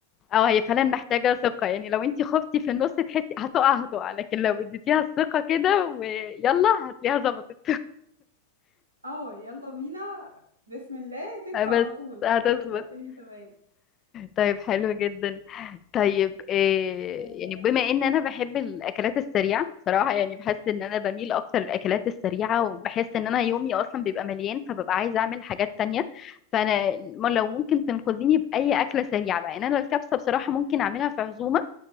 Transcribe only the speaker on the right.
اه يلا بينا بسم الله تك
على
طول
هتبقى الدنيا تمام
حلوة